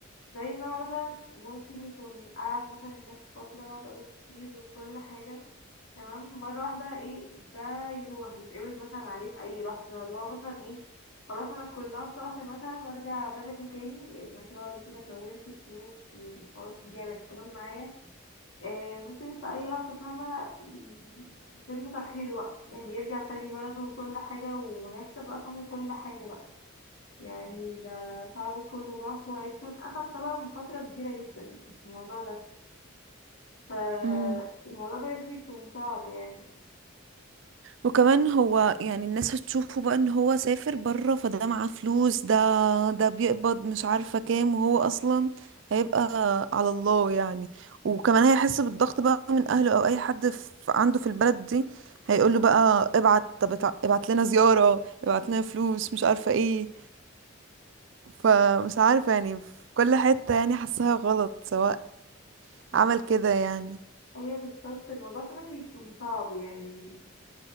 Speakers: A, on the left; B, on the right.
A: زي ان هو مثلا ممكن يكون قاعد مثلا هناك فترة بقاله كتير وكل حاجة تمام مرة واحدة ايه ده يروح يتقبض مثلا عليه في اي لحظة اللي هو مثلا ايه خلاص انا كلها شهر مثلا وارجع بلدي تاني انا كده ولا كده كونت فلوس خلاص الدنيا بقت تمام معايا آه، ممكن في اي لحظة فاهمة ي- يتم ترحيله بقى يعني يرجع تاني بلده وكل حاجة وهيخسر بقى فاهمة كل حاجة بقى يعني ده تعبه كله راح وهيكون أخد طبعا فترة كبيرة جدا يعني في الموضوع ده فالموضوع
B: ولا
A: بجد بيكون صعب يعني
B: وكمان هو يعني الناس هتشوفه بقى ان هو سافر بره فده معاه فلوس ده ده بيقبض مش عارفة كام وهو اصلا هيبقى على الله يعني وكمان هيحس بالضغط بقى من اهله او اي حد في عنده في البلد دي هيقول له بقى ابعت طب اتع- ابعت لنا زيارة ابعت لنا فلوس مش عارفة ايه فمش عارفة يعني في كل حتة يعني حاسها غلط سواء عمل كده يعني
A: هي بالظبط الموضوع فعلا بيكون صعب يعني